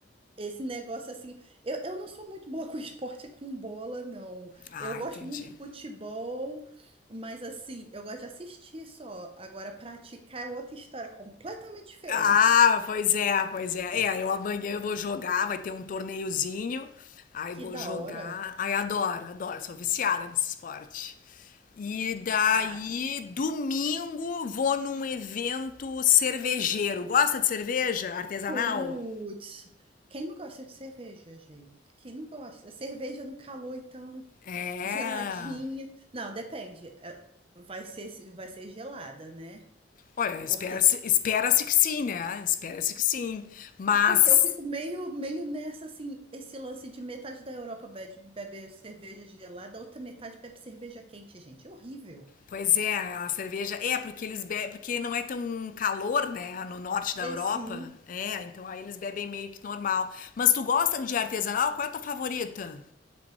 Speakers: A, on the right; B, on the left.
A: esse negócio assim, eu, eu não sou muito boa <laughs> com esporte com bola, não.
B: Ah,
A: Eu gosto
B: entendi.
A: muito de futebol, mas assim, eu gosto de assistir só. Agora praticar é outra história completamente diferente.
B: Ah,
A: <laughs>
B: pois é, pois é. É, eu amanhã eu vou jogar, vai ter um torneiozinho. Aí
A: Que
B: vou
A: da
B: jogar.
A: hora.
B: Ai, adoro, adoro, sou viciada nesse esporte. E daí,
A: Ah,
B: domingo, vou num evento cervejeiro. Gosta de cerveja artesanal?
A: putz. Quem não gosta de cerveja, gente? Quem não gosta? Cerveja no calor, então.
B: É.
A: Geladinho. Não, depende. É, Vai ser, vai ser gelada, né?
B: Olha, espera-se,
A: Porque,
B: espera-se que sim, né? Espera-se que sim. Mas
A: porque eu fico meio, meio nessa, assim, esse lance de metade da Europa bebe, bebe cerveja gelada, a outra metade bebe cerveja quente, gente. É horrível.
B: Pois é, a cerveja é porque eles bebem, porque não é tão calor, né, no norte da
A: É
B: Europa.
A: sim.
B: É, então aí eles bebem meio que normal. Mas tu gosta de artesanal? Qual é a tua favorita?